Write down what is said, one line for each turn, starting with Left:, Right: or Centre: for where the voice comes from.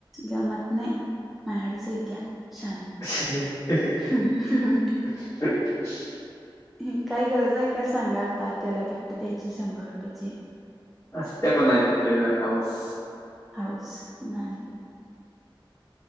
Centre: गमत नाही मॅडस आहे त्या शानी.
Left: <unintelligible>
Centre: <unintelligible>
Left: <unintelligible>
Centre: हम्म काही गरज आहे काय सांगा आता त्याला गिफ्ट द्यायची शंभर रुपयाची.
Left: असत्या कोणाची तुझ्यासारखं हौस.
Centre: हौस नाणी की.